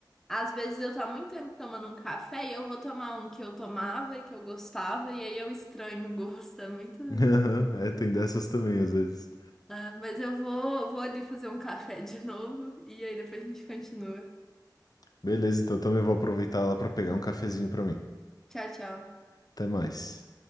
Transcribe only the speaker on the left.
Aham, É, tem dessas também, às vezes.
Beleza, então também vou aproveitar lá pra pegar um cafezinho pra mim.
Até mais.